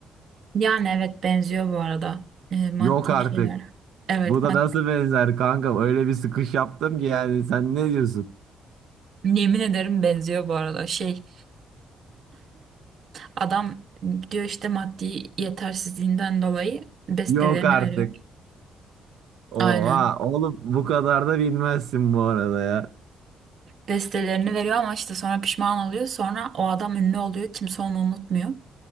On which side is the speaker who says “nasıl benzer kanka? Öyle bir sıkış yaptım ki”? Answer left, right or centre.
Right